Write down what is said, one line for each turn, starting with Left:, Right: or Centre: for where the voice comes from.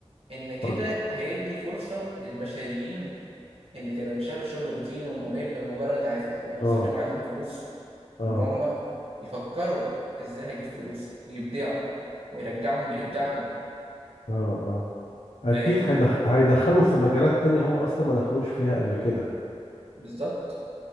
Right: ان كده
Left: اتفضل
Right: هيدي فرصة للبشريين اللي كانوا بيشتغلوا في شغل روتيني وممل ومجرد عايزين يبقوا موظفين
Left: اه
Right: وعايزين فلوس
Left: اه
Right: إن هم يفكروا إزاي هجيب فلوس ويبدعوا ويرجعهم لإبداعهم
Left: اه اه اكيد
Right: فاهم
Left: هيدخ... هيدخلهم في مجالات تانية هم اصلا ما دخلوش فيها قبل كده
Right: بالظبط